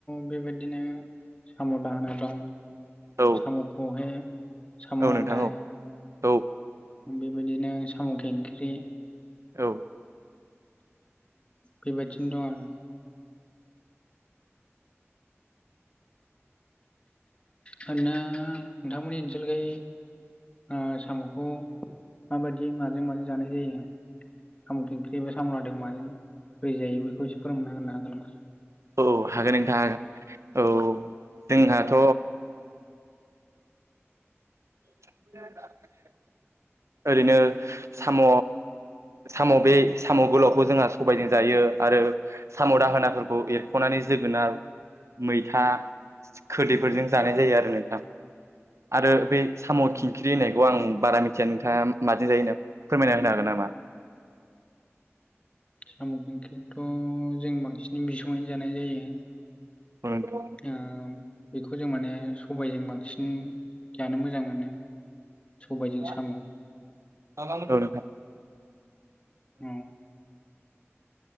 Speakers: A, on the left; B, on the right.
A: बेबायदिनो साम' दाहोना दं
B: औ
A: सामुखौहाय साम'
B: औ
A: लादाय
B: नोंथां औ औ
A: बेबायदिनो साम' ओंख्रि
B: औ
A: बेबायदिनो दं आरो नो नोंथांमोननि ओनसोलखै ओ साम'खौ माबायदि माजों माजों जानाय जायो साम' खिंख्रि बे साम'लादायखौ माजों बोरै जायो बेखौ एसे फोरोंना होनो हागोन नामा
B: औ हागोन नोंथाङा हागोन औ जोंहाथ' <inaudible> ओरैनो साम' साम' बे साम' गोलावखौ जोंहा सबायजों जायो आरो साम' दाहोनाफोरखौ एरख'नानै जोगोनार मैथा खोदै फोरजों जानाय जायो
A: औ
B: आरो नोंथां आरो बे साम'
A: औ
B: खिंख्रि होननायखौ आं बारा मिथिया नोंथाङा माजों जायो होनना फोरमायना होनो हागोन नामा? <inaudible>
A: साम' ओंख्रिखौथ' जों बांसिन बिसङैनो जानाय जायो ।
B: औ नोंथां
A: ओ बेखौ जों माने सबायजों बांसिन जानो मोजां मोनो सबायजों
B: <inaudible> औ
A: साम'
B: नोंथां
A: औ